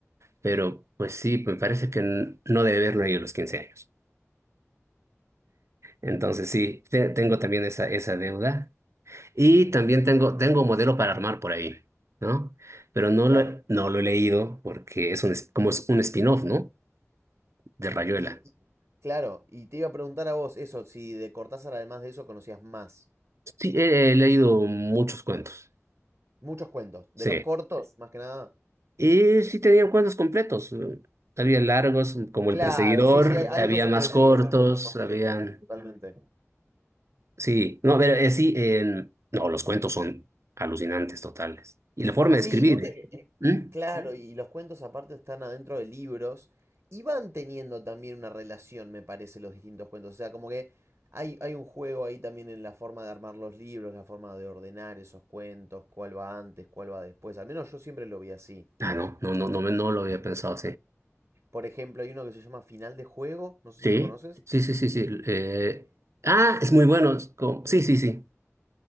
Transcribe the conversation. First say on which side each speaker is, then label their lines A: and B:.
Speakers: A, on the right (about 65°); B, on the right (about 45°).
A: pero pues sí, me parece que n- no debe haberlo leído a los 15 años. Entonces sí, te- tengo también esa, esa deuda. Y
B: Mm,
A: también tengo, tengo un modelo para armar por ahí, ¿no? Pero no
B: claro.
A: lo, no lo he leído porque es un, es- como es un spin-off, ¿no? De Rayuela.
B: Y, y- claro, y te iba a preguntar a vos eso, si de Cortázar, además de eso, conocías más.
A: Sí, he, he leído muchos cuentos,
B: Muchos cuentos. De
A: sí.
B: los cortos, más que nada.
A: Y sí tenían cuentos completos. eh, Había largos, como
B: Claro,
A: El Perseguidor,
B: sí, sí, hay, hay
A: había
B: dos o
A: más
B: tres
A: cortos,
B: libros de cuentos completos,
A: habían...
B: totalmente.
A: Sí, no, pero eh, sí, en- no, los cuentos son alucinantes, totales. Y la forma
B: Sí,
A: de escribir.
B: viste
A: ¿eh?
B: que,
A: ¿Mm?
B: claro, y los cuentos aparte están adentro de libros y van teniendo también una relación, me parece, los distintos cuentos. O sea, como que hay, hay un juego ahí también en la forma de armar los libros, la forma de ordenar esos cuentos, cuál va antes, cuál va después. Al menos yo siempre lo vi así.
A: Ah, no, no, no, no, me- no lo había pensado,
B: Por ejemplo, hay uno que se llama Final de Juego, no sé
A: Sí,
B: si lo conoces.
A: sí, sí, sí, sí. eh, ah, es muy bueno. es como- Sí, sí, sí.